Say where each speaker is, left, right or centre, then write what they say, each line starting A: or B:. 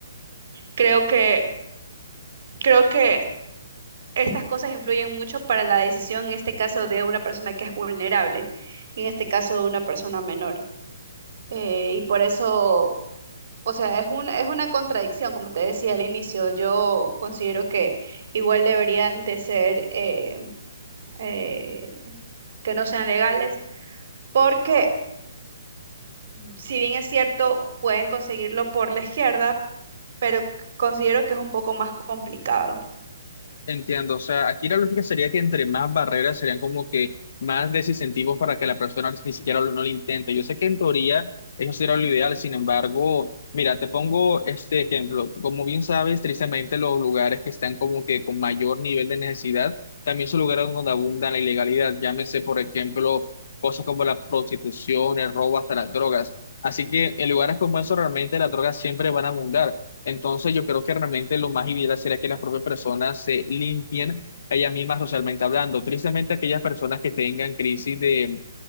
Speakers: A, on the right (about 60°); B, on the left (about 55°).
A: creo que, creo que estas cosas influyen mucho para la decisión, en este caso, de una persona que es vulnerable, en este caso, de una persona menor. Eh, y por eso, o sea, es un, es una contradicción, como te decía al inicio, yo considero que igual deberían de ser, eh, eh, que no sean legales, porque si bien es cierto, pueden conseguirlo por la izquierda, pero considero que es un poco más complicado.
B: Entiendo, o sea, aquí la lógica sería que entre más barreras serían como que más desincentivos para que la persona ni siquiera lo- no lo intente. Yo sé que en teoría eso sería lo ideal, sin embargo, mira, te pongo este ejemplo. Como bien sabes, tristemente los lugares que están como que con mayor nivel de necesidad también son lugares donde abunda la ilegalidad. Llámese, por ejemplo, cosas como la prostitución, el robo, hasta las drogas. Así que en lugares como esos realmente las drogas siempre van a abundar. Entonces, yo creo que realmente lo más ideal sería que las propias personas se limpien ellas mismas socialmente hablando. Tristemente, aquellas personas que tengan crisis de,